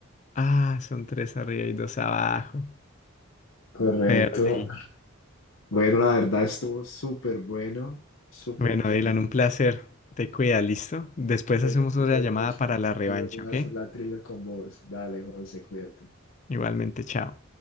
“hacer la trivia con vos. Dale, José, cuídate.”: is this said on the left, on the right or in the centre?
Left